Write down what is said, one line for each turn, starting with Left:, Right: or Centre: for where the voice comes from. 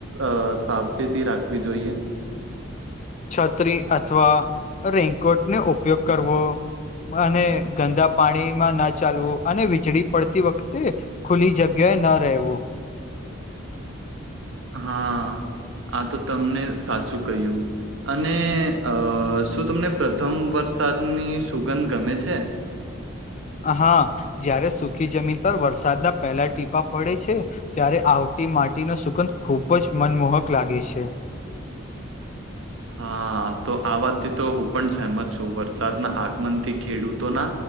Right: અ સાવચેતી રાખવી જોઈએ?
Left: છત્રી અથવા રેનકોટનો ઉપયોગ કરવો. અને ગંદા પાણીમાં ના ચાલવું અને વીજળી પડતી વખતે ખુલ્લી જગ્યાએ ન રહેવું.
Right: હા. આ તો તમને સાચું કહ્યું. અને અ શું તમને પ્રથમ વરસાદની સુગંધ ગમે છે?
Left: હા જ્યારે સુખી જમીન પર વરસાદના પહેલા ટીપા પડે છે ત્યારે આવતી માટીનો સુગંધ ખુબ જ મનમોહક લાગે છે.
Right: હા. તો આ વાતથી તો હું પણ સહેમત છું. વરસાદના આગમનથી ખેડૂતોના